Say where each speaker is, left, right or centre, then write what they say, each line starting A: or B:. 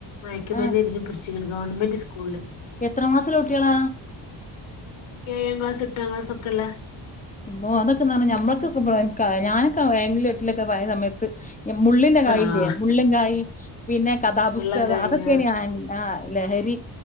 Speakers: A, on the left; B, on the left.
A: മയക്കുമര്ന്നെയിട്ട്
B: ആഹ്
A: പിടിച്ചിക്കണ്, ഗവൺമെന്റ് സ്കൂളില്
B: എത്രാം ക്ലാസ്സിലെ കുട്ടിയേള
A: ഏഴാം ക്ലാസ്സ് എട്ടാം ക്ലാസ്സ് ഒക്കെ ഉള്ള
B: മ്മോ അതൊക്കെ പറഞ്ഞാ ഞമ്മക്കൊക്കെ <unintelligible> ഞാനൊക്കെ <unintelligible> എട്ടിലൊക്കെ ആയ സമയത്ത് മുള്ളിന്റെ കായി
A: ആഹ്
B: ഇല്ലേ മുള്ളൻകായ് പിന്നെ കഥാപുസ്തകം,
A: വെള്ളം കഴിഞ്ഞ
B: അതൊക്കെയന് ആഹ് ലഹരി